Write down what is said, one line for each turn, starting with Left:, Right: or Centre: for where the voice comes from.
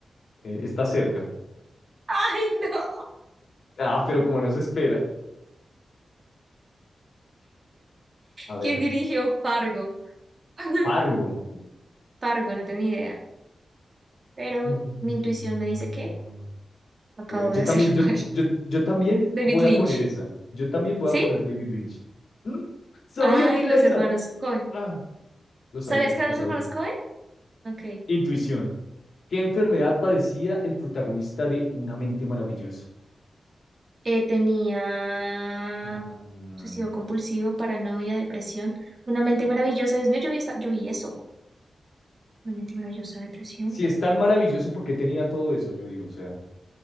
Left: Eh, está cerca.
Right: Ay, no.
Left: Ah, pero como no se espera. A ver,
Right: ¿Quién dirigió Fargo? <laughs>
Left: Fargo.
Right: Pargo, no tengo ni idea. Pero
Left: Mm,
Right: mi intuición me dice que acabo
Left: Yo
Right: de
Left: también,
Right: hacerlo
Left: yo,
Right: <laughs> mal.
Left: yo, yo también
Right: David
Left: voy
Right: Lynch.
Left: a poner esa. Yo también voy
Right: ¿Sí?
Left: a poner David Lynch. ¡Mm! Sabía
Right: Ay,
Left: que era
Right: los
Left: esa.
Right: hermanos Coen.
Left: Ah, lo
Right: ¿Sabías
Left: sabía,
Right: que eran
Left: lo
Right: los
Left: sabía.
Right: hermanos Coen? Ok.
Left: Intuición. ¿Qué enfermedad padecía el protagonista de Una mente maravillosa?
Right: Eh, tenía
Left: Mm,
Right: obsesivo compulsivo, paranoia, depresión. Una mente maravillosa. Dios mío, yo vi, esa- yo vi eso. Una mente maravillosa, depresión.
Left: Si es tan maravilloso, ¿por qué tenía todo eso? Yo digo, o sea,